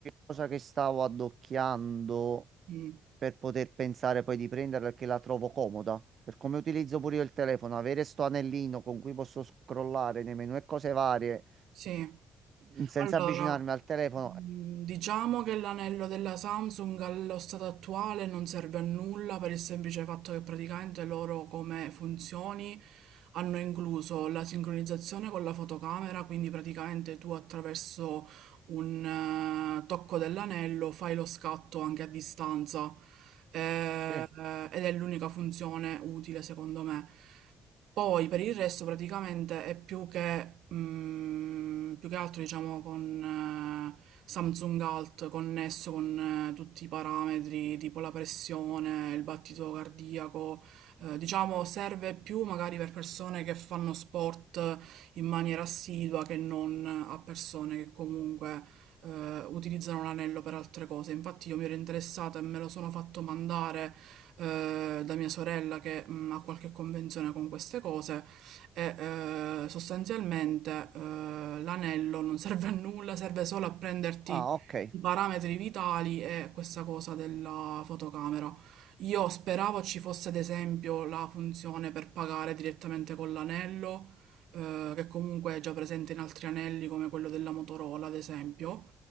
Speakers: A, on the right; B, on the right.
A: cosa che stavo addocchiando
B: Mm,
A: per poter pensare poi di prenderla perché la trovo comoda. Per come utilizzo pure io il telefono, avere sto anellino con cui posso scrollare nei menu e cose varie
B: sì.
A: mh, senza
B: Allora,
A: avvicinarmi al telefono.
B: mm, diciamo che l'anello della Samsung allo stato attuale non serve a nulla per il semplice fatto che praticamente loro come funzioni hanno incluso la sincronizzazione con la fotocamera, quindi praticamente tu attraverso un eh, tocco dell'anello fai lo scatto anche a distanza eh,
A: Sì.
B: ed è l'unica funzione utile secondo me. Poi per il resto praticamente è più che, mm, più che altro diciamo con eh, Samsung Alt connesso con eh, tutti i parametri tipo la pressione, il battito cardiaco, eh, diciamo serve più magari per persone che fanno sport in maniera assidua che non a persone che comunque eh, utilizzano l'anello per altre cose. Infatti io mi ero interessata e me lo sono fatto mandare eh, da mia sorella che mh, ha qualche convenzione con queste cose e eh, sostanzialmente eh, l'anello non serve a nulla, serve solo a prenderti
A: Ah, ok.
B: i parametri vitali e questa cosa della fotocamera. Io speravo ci fosse ad esempio la funzione per pagare direttamente con l'anello, eh, che comunque è già presente in altri anelli come quello della Motorola, ad esempio,